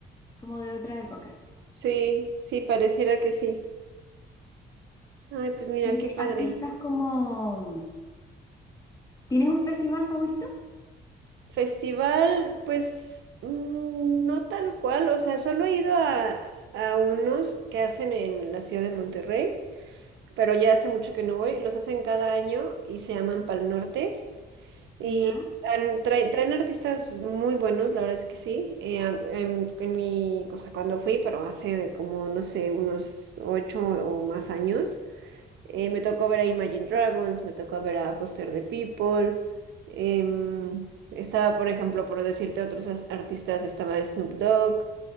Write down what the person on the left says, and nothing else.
como de otra época.
Y de
artistas como, ¿tienes un festival favorito?
Ya.